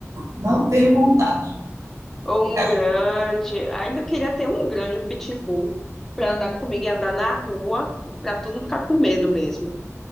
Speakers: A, on the right (about 85°); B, in the centre.
A: Não tenho vontade
B: Ou
A: de cachorro.
B: um grande. Ainda queria ter um grande, um pitbull, para andar comigo e andar na rua, para todo mundo ficar com medo mesmo.